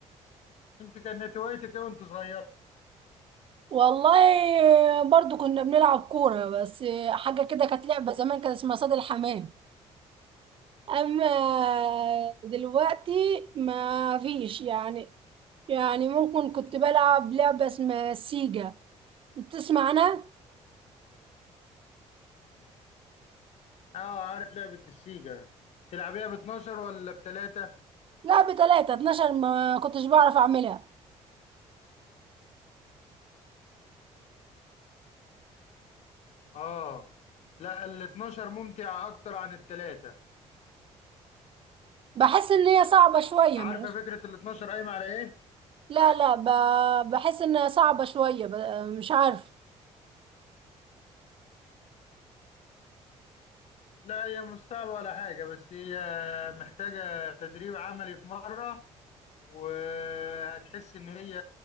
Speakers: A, on the left; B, on the right.
A: أنت كانت هوايتك إيه وأنت صغير؟
B: والله برضو كنا بنلعب كوره بس حاجه كده كانت لعبه زمان كان اسمها صيد الحمام اما دلوقتي ما فيش يعني يعني ممكن كنت بلعب لعبه اسمها سيجا بتسمع عنها
A: اه عارف لعبة السيجا تلعبيها ب 12 ولا بتلاتة؟
B: لا بتلاتة 12 ما كنتش بعرف اعملها
A: اه لا ال 12 ممتع اكتر عن التلاتة
B: بحس ان هي صعبة شوية
A: عارفة
B: ماشي
A: فكرة ال 12 قايمة على إيه؟
B: لا لا ب... بحس انها صعبة شوية ب... مش عارف
A: لا هي مش صعبة ولا حاجة بس هي محتاجة تدريب عملي في مرة وهتحس إن هي